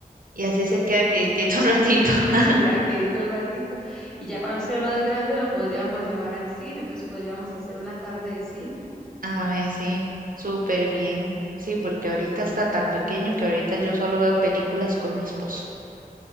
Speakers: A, on the right (about 65°); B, in the centre.
A: Y así se queda quietito un ratito.
B: <laughs>
A: <laughs>
B: O se queda quedito un ratito. Y ya cuando esté más grande lo podríamos llevar al cine, entonces podríamos hacer una tarde de cine.
A: A ver, sí, súper bien. Sí, porque ahorita está tan pequeño que ahorita yo solo veo películas con mi esposo.